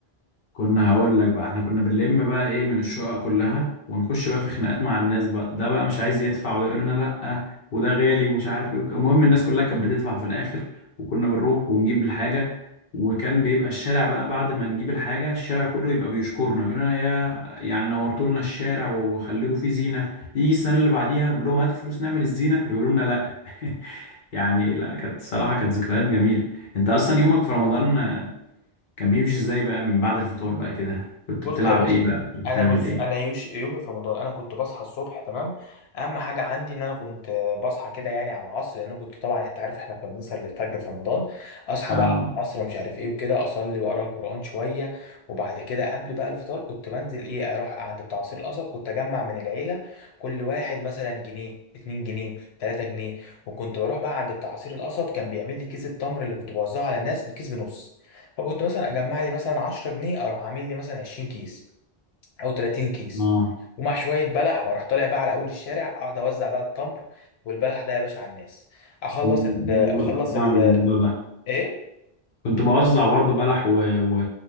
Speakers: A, on the left; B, on the left.
A: كنا هقول لك بقى احنا كنا بنلم بقى ايه من الشقق كلها ونخش بقى في خناقات مع الناس بقى ده بقى مش عايز يدفع وده يقول لنا لا وده غالي ومش عارف ايه المهم الناس كلها كانت بتدفع في الاخر وكنا بنروح ونجيب الحاجة وكان بيبقى الشارع بقى بعد ما نجيب الحاجة الشارع كله يبقى بيشكرنا يقول لنا يا يعني نورتوا لنا الشارع وخليتوا فيه زينة يجي السنة اللي بعديها نقول لهم هاتوا فلوس نعمل الزينة يقولوا لنا لا <laughs> يعني لا كانت صراحة كانت ذكريات جميلة انت اصلا يومك في رمضان كان بيمشي ازاي بقى من بعد الفطار بقى كده كنت
B: بص
A: بتلعب
B: يا باشا
A: ايه بقى كنت بتعمل
B: انا بص
A: ايه
B: انا يوش يومي في رمضان انا كنت بصحى الصبح تمام اهم حاجه عندي ان انا كنت بصحى كده يعني على العصر لان أنا كنت طبعا انت عارف احنا كنا بنسهر للفجر في رمضان اصحى
A: اه
B: بقى العصر ومش عارف ايه وكده اصلي واقرا القران شويه وبعد كده قبل بقى الفطار كنت بنزل ايه اروح عند بتاع عصير القصب كنت اجمع من العيله كل واحد مثلا جنيه 2 جنيه 3 جنيه وكنت بروح بقى عند بتاع عصير القصب كان بيعمل لي كيس التمر اللي كنت بوزعه على الناس الكيس بنص فكنت مثلا اجمع لي مثلا 10 جنيه اروح عامل لي مثلا 20 كيس او 30 كيس
A: اه
B: ومع شويه بلح واروح طالع بقى على اول الشارع اقعد اوزع بقى التمر والبلح ده يا باشا على الناس اخلص
A: أمم،
B: ال اخلص
A: برضه كنت بعمل
B: ال
A: الموضوع ده
B: ايه
A: كنت بوزع برضه بلح و... و...